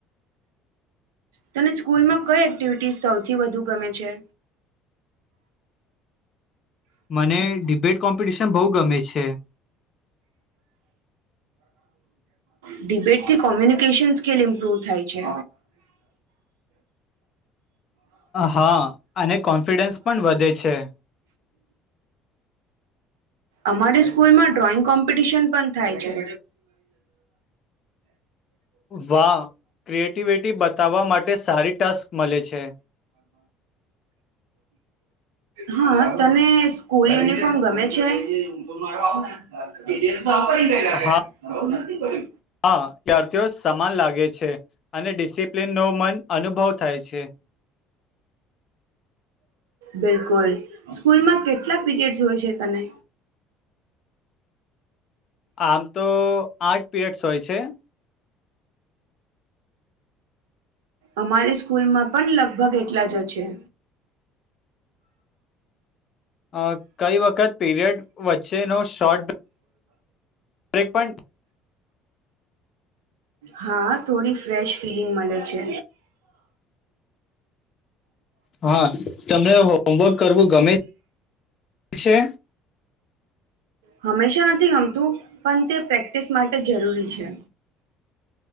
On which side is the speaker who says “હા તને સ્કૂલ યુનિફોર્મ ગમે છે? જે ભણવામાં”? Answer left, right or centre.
Right